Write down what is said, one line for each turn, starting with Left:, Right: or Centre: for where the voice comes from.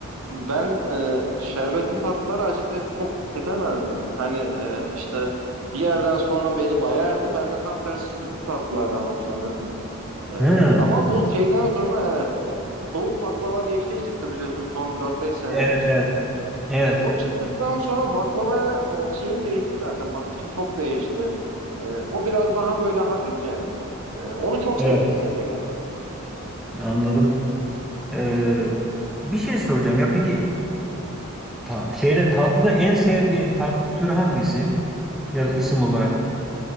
Right: ben e, şerbetli tatlıları açıkçası çok tüketemezdim. Hani e, işte bir yerden sonra beni bayardı. Ben de tam tersi sütlü tatlılardan hoşlanırdım. Ee,
Centre: Hı.
Right: ama bu şeyden sonra evet soğuk baklava diye bir şey çıktı biliyorsun son dört beş senedir.
Centre: Evet evet. Evet.
Right: O çıktıktan sonra baklavaya e, şeyim değişti zaten. Bakışım çok değişti. Ee, o biraz daha böyle hafif ya. Ee, onu çok
Centre: Evet.
Right: severim mesela.
Centre: Anladım. E, bir şey soracağım ya peki ta- şeyde tatlıda en sevdiğin tatlı türü hangisi? Ya da isim olarak.